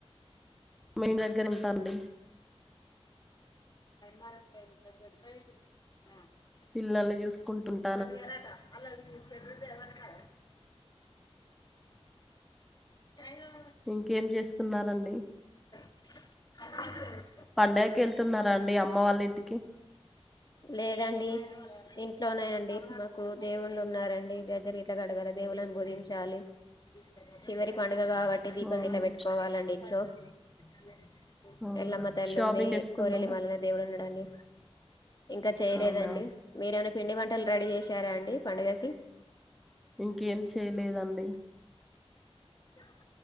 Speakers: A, in the centre; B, on the left (about 40°).
A: మీ దగ్గర ఉంటాండి
B: మార <unintelligible>
A: పిల్లల్ని జూసుకుంటుంట
B: అల్లరి ఎరాట అల్లరి ఫవరినా <unintelligible>
A: ఇంకేం చేస్తున్నరండి
B: అ <unintelligible>
A: పండగకి ఎళ్తున్నారా అండి అమ్మ వాళ్ళ ఇంటికి
B: లేదండి ఇంట్లోనే అండీ మాకు దేవుళ్ళు ఉన్నారండి గద్దలు గిట్లా గడగాల దేవులను పూజించాలి చివరి పం డగా కాబట్టి దీపం
A: అవునా
B: గిట్లా వెట్టుకోవాలండి ఇంట్లో <unintelligible>
A: అవునా
B: ఎల్లమ్మ తల్లి
A: షాపింగ్
B: ఉంది
A: చేస్తున్నారా
B: కోరేలి మల్లన దేవుడు ఉన్నడండి ఇంకా చేయలేదండి
A: అవునా
B: మీరూను పిండివంటలు రెడీ యేశారా అండి పండుగకి
A: ఇంకేం చేయలేదండి
B: <unintelligible> <unintelligible>